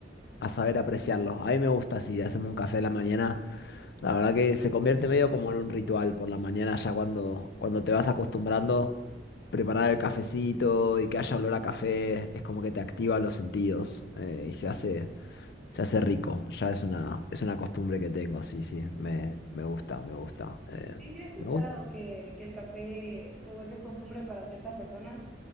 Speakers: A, on the left (about 60°); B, in the centre.
A: a saber apreciarlo. A mí me gusta así, hacerme un café a la mañana. La verdad que se convierte medio como en un ritual por la mañana, ya cuando, cuando te vas acostumbrando, preparar el cafecito y que haya olor a café, es como que te activa los sentidos eh, y se hace, se hace rico. Ya es una, es una costumbre que tengo, sí, sí, me, me gusta, me gusta. eh,
B: Sí, sí he escuchado
A: me gusta.
B: que, que el café se vuelve costumbre para ciertas personas,